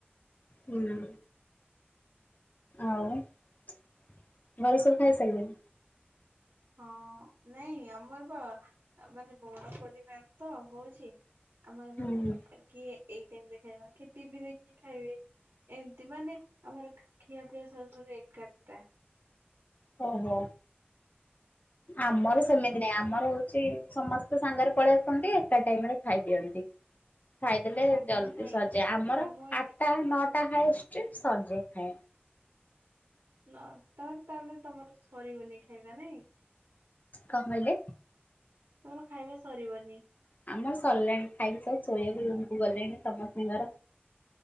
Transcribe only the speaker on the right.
ହଁ ନାଇଁ ଆମର ବା ମାନେ ବଡ ପରିବାର ତ ହଉଛି ଆମର ମାନେ
ପ କିଏ? ଏଇ ଟାଇମରେ ଖାଇବେ ଟି ଭି ଦେଖକି ଖାଇବେ ଏମିତି ମାନେ ଆମର ଖିଆପିଆ ସରୁ ସରୁ ଏଗାରଟା।
ଓହୋ
ନାଇଁ
ଆମ ଏଠି
ନ ତର ତାହେଲେ ତମର ସରିବନି ଖାଇବା ନାଇଁ?
ତମର ଖାଇବା ସରିବନି?